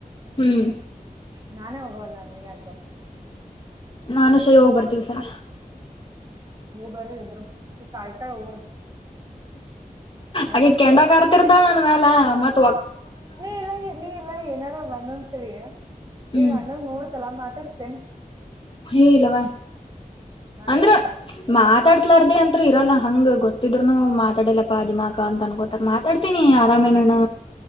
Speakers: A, on the left (about 35°); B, on the right (about 25°).
A: ಹ್ಮ್.
B: ನಾನೇ ಹೋಗೋವಲ್ಯ ನೀ ಯಾಕ್ ಬರ್ತಿ.
A: ನಾನು ಶೈ ಹೋಗ್ ಬರ್ತೀವಿ ಇ ಸಲಾ.
B: ಹೂ ಬರ್ರಿ ಇಬ್ರು ಅಕಿ ಕಾಯ್ತಾಳ ಹೋರಿ. ಹೋಗ್
A: ಅಕಿ
B: ಬಾ.
A: ಕೆಂಡ ಕಾರ್ತಿರ್ತಿಳ ನನ್ ಮ್ಯಾಲ. ಮತ್ತ
B: ನೀ ಇಲ್ಲ ನೀ ಇಲ್ಲ ಏನಾರ ಬಂದಂತ ತಿಳಿ.
A: ಹ್ಮ್
B: ಈಗ ಅಣ್ಣಂದ್ ನೋಡ್ ಸಲ ಮಾತಡ್ಸ್ಡ್ತೇನ.
A: ಹೇ ಇಲ್ಲವಾ.
B: ಮಾತಾಡ್ಸಲ್ಲ
A: ಅಂದ್ರ ಮಾತ್ ಮಾತಾಡ್ಸ್ಲರ್ದೇ ಅಂತರು ಇರಲ್ಲ ಹಂಗ ಗೊತ್ತಿದ್ರುನು ಮಾತಾಡಿಲ್ಲಪ್ಪ ದಿಮಾಕ ಅಂತ ಅನ್ಕೋತಾರ. ಮಾ ತಡ್ತೀನಿ ಆರಾಮೇನಣ್ಣ.